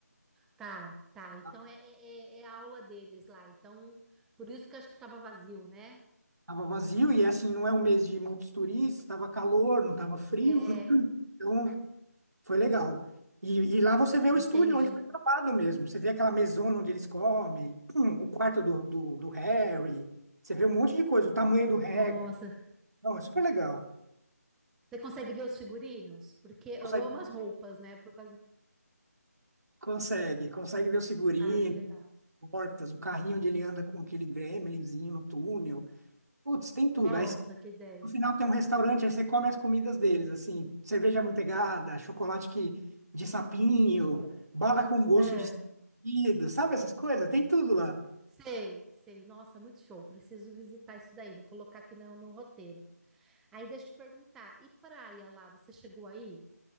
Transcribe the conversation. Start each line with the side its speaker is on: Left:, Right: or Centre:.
Centre: Tá, tá. Então
Right: tá?
Centre: é, é, é é a aula deles lá. Então, por isso que eu acho que estava vazio, né?
Right: tava vazio e assim não é um mês de muitos turistas, tava calor, não tava frio,
Centre: É,
Right: <laughs> então Foi legal. E, e lá você vê o
Centre: entendi.
Right: estúdio onde foi gravado mesmo. Você vê aquela mesona onde eles comem, hum, o quarto do, do, do Harry. Você vê um monte de coisa, o tamanho do Hagrid.
Centre: Nossa.
Right: Não, é super legal.
Centre: Você consegue ver os figurinos? Porque eu
Right: Consegue,
Centre: amo as roupas, né? Por causa.
Right: consegue, consegue ver o figurino,
Centre: Ai, que legal.
Right: portas, o carrinho onde ele anda com aquele gremlinzinho no túnel. Putz, tem tudo.
Centre: Nossa,
Right: Aí
Centre: que dez
Right: no final tem um restaurante, aí você come as comidas deles, assim, cerveja amanteigada, chocolate que, de sapinho, bala com gosto
Centre: É,
Right: de... escolhido, sabe essas coisas? Tem tudo lá.
Centre: sei, sei. Nossa, muito show. Preciso visitar isso daí. Vou colocar aqui no, no roteiro. Aí deixa eu te perguntar. E praia lá? Você chegou aí?